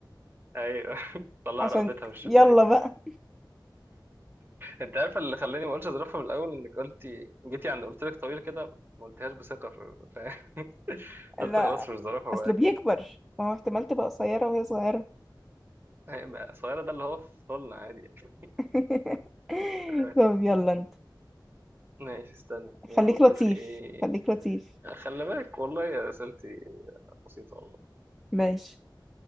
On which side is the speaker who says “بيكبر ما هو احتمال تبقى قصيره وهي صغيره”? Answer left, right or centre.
Centre